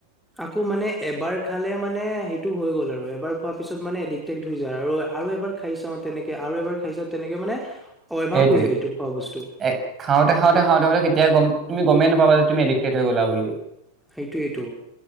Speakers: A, in the centre; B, on the right.
A: আকৌ মানে এবাৰ খালে মানে সেইটো হৈ গ'ল আৰু এবাৰ খোৱাৰ পিছত মানে এডিক্টেক্ট হৈ যায় আৰু আৰু এবাৰ খাই চাওঁ তেনেকে আৰু এবাৰ খাই চাওঁ তেনেকে মানে। অভ্যাস
B: এইটোৱে,
A: হৈ যায় এইটো খোৱা বস্তু
B: এ খাওঁতে খাওঁতে খাওঁতে খাওঁতে কেতিয়া গম। তুমি গমেই নাপাবা তুমি এডিক্টে হৈ গ'লা বুলি।
A: সেইটোইটো